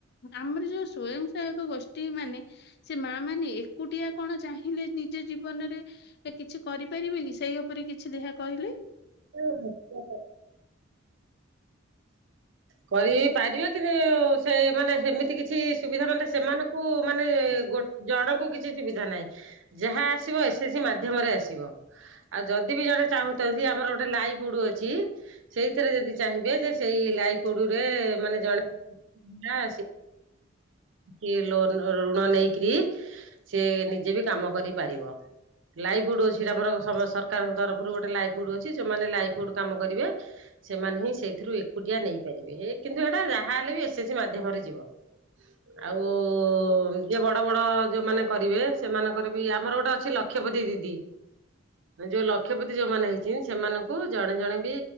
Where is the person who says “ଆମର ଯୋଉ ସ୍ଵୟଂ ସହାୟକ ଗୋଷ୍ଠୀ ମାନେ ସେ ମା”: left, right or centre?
Left